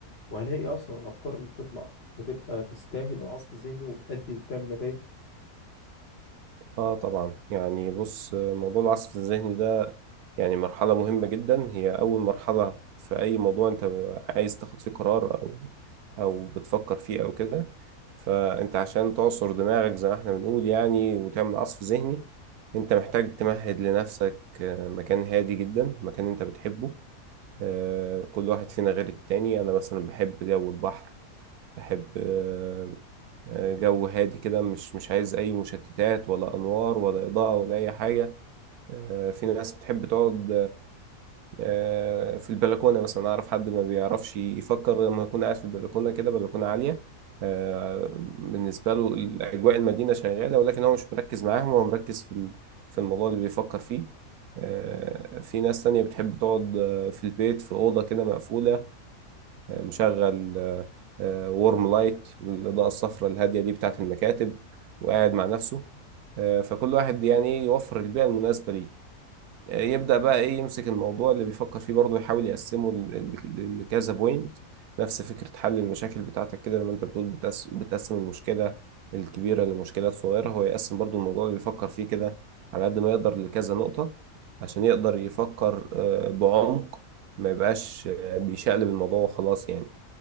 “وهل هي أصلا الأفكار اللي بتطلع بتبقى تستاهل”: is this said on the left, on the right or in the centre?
Left